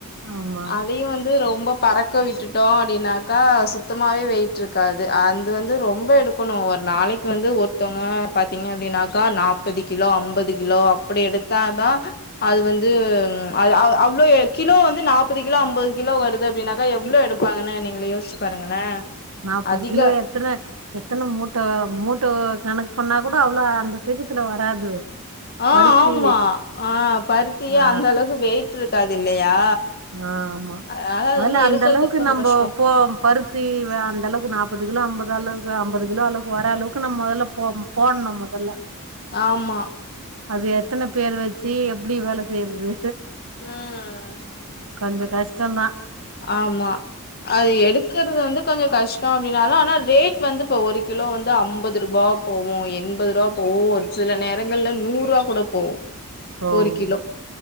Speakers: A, on the right (about 70°); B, on the left (about 45°).
A: ஆமா.
B: அதையு வந்து ரொம்ப பறக்க விட்டுட்டோ அப்டின்னாக்கா சுத்தமாவே வெயிட் இருக்காது அது வந்து ரொம்ப எடுக்கணு ஒரு நாளைக் கு வந்து ஒருத்தங்க பாத்தீங்கன அப்டின்னாக்கா நாப்பது கிலோ அம்பது கிலோ அப்டி எடுத்தாதா அது வந்து அது அவ் அவ்ளோ கிலோ வந்து நாப்பது கிலோ அம்பது கிலோ வருது அப்டின்னாக்கா எவ்ளோ எடுப் பாங்கனு நீங்களே யோசிச்சு பாருங்களே
A: நாப்பது
B: அதிக
A: கிலோ எத் தன எத்தன மூட்டோ மூட்டோ கணக்கு பண்ணா கூட அவ்ளோ அந்த சீக்கத்துல வராது
B: ஆ
A: பருத்தி
B: ஆமா ஆ பருத்தியே
A: ஆ
B: அந்த அளவுக்கு வெயிட் இருக்காது இல்லையா
A: ஆ ஆமா
B: அதனால அது
A: மொதல
B: வந்து
A: அந்த
B: எடுக்கறது
A: அளவுக்கு
B: கொஞ்சோ
A: நம்ப
B: கஷ்டோ
A: போ பருத் தி அந்த அளவுக்கு நாப்பது கிலோ அம்பது அளவு அம்பது கிலோ அளவுக்கு வர அளவுக்கு நம்ம மோதல்ல போ போட்ணு மொதல்ல
B: ஆமா
A: அது எத்தன பேர் வச்சி எப்டி வேல செய்றது
B: ம்
A: கொஞ்சோ கஷ்டோதா
B: ஆமா அது எடுக்குறது வந்து கொஞ்சோ கஷ் டோ அப்டின்னாலே ஆனா ரேட் வந்து இப்போ ஒரு கிலோ வந்து ஐம்பது ரூபா போவு எண்பது ரூபா போவு ஒரு சில நேரங்கள்ல நூறு ரூவா கூட போகு
A: ஓ!
B: ஒரு கிலோ